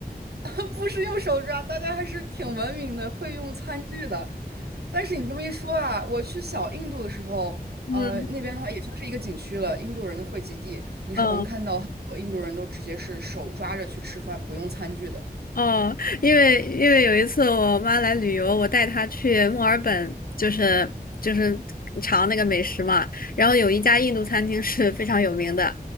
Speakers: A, on the right (about 80°); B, on the left (about 65°).
A: <laughs> 不是用手抓，大家还是挺文明的，会用餐具的。但是你这么一说啊，我去小印度的时候，
B: 嗯
A: 呃，那边的话也算是一个景区了，印度人的汇集地，你是能看到很多印度人都直接是手抓着去吃饭，
B: 嗯。
A: 不用餐具的。
B: 哦，因为因为有一次我妈来旅游，我带她去墨尔本，就是就是尝那个美食嘛。然后有一家印度餐厅是非常有名的，